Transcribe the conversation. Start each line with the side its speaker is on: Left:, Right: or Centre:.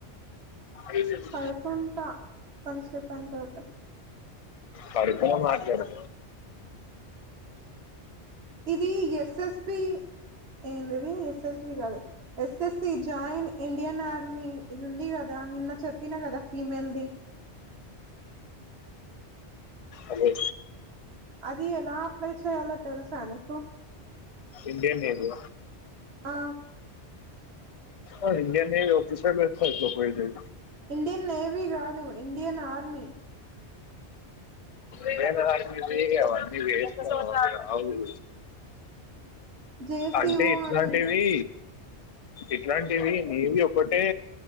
Left: అఐదుదు
Right: పడుకుంటా కొంతసేపు అయిన తర్వాత
Left: పడుకోనే మాట్లాడునా
Right: ఇది ఎస్ఎస్బి ఏంది ఇది ఎస్ఎస్బి కాదు ఎస్ఎస్సి జాయిన్ ఇండియన్ ఆర్మీ ఇది ఉంది కదా నిన్న చెప్పినా కదా ఫీమేల్ ది
Left: అదే
Right: అది ఎలా అప్లై చెయ్యాలో తెలుసా నీకు
Left: ఇప్పుడు ఏమి నీకు
Right: ఆ
Left: ఆ Indian navy officer website లోకి పోయి చై
Right: ఇండియన్ నేవీ కాదు ఇండియన్ ఆర్మీ
Left: ఇండియన్ ఆర్మీ వి అవన్నీ <unintelligible> వేస్టు అవి రావు
Right: జేసిఓ
Left: అంటే ఇట్లాంటివి
Right: అని ఉంది
Left: ఇట్లాంటివి నేవీ ఒకటే